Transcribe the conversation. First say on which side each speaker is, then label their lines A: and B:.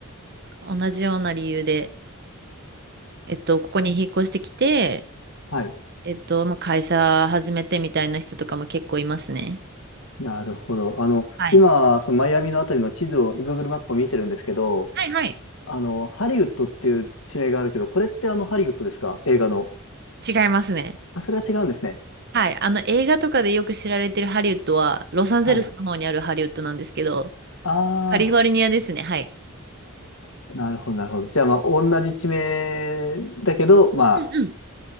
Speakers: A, on the right; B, on the left.
A: 同じような理由で、えっと、ここに引っ越してきて、
B: はい。
A: えっと、まあ、会社始めてみたいな人とかも結構いますね。
B: なるほど。あの、
A: はい。
B: 今、そのマイアミのあたりの地図を、Google マップを見てるんですけど、
A: はいはい。
B: あの、ハリウッドっていう地名があるけど、これってあのハリウッドですか映画の。
A: 違いますね。
B: あ、それは違うんですね。
A: はい。あの、映画とかでよく知られてるハリウッドは、ロサンゼルスの方にあるハリウッドなんですけど、
B: はい。あ
A: カリフォルニアですね。はい。
B: あ、なるほど、なるほど。じゃあ、まあ、同じ地名だけど、ま
A: うんうん。